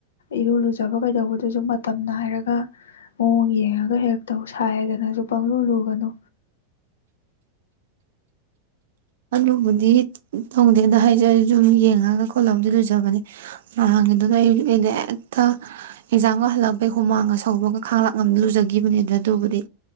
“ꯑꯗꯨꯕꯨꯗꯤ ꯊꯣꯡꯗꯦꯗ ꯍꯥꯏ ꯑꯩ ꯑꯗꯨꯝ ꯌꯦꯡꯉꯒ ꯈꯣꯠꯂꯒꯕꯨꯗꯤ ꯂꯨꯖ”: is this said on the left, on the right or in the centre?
Right